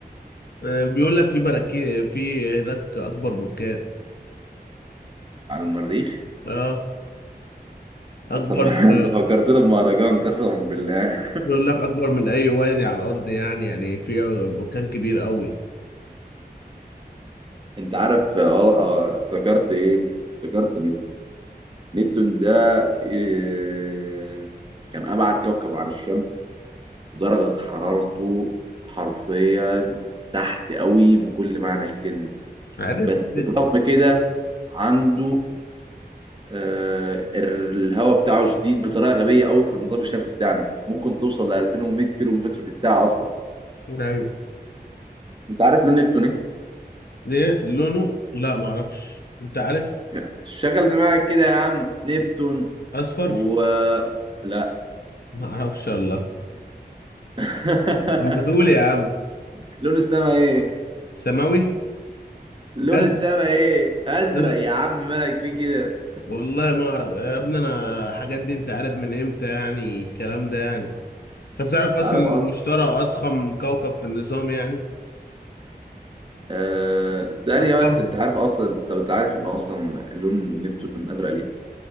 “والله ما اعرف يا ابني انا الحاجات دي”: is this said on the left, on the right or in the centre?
Left